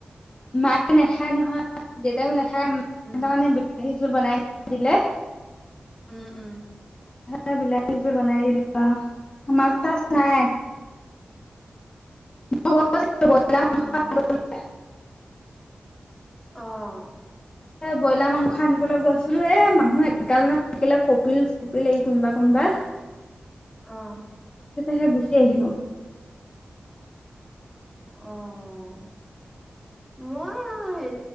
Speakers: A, on the left; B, in the centre.
A: মায়ে নাখায় নহয় দেউতাইও নাখায় মাহতৰ
B: উম
A: কাৰণে বিলাহী জোল বনাই দিলে
B: উম উম
A: এই বিলাহী জোল বনাই দিলোঁ আও মাছ চাছ নাই। <unintelligible>
B: উম আহ
A: ব্ৰইলাৰ মাংস আনিবলৈ গৈছিলো এ মানুহ এগাল মান থাকিলে কপিল চপিল এই কোনোবা কোনোবা।
B: অহ
A: হে গুচি আহিলোঁ।
B: আহ মই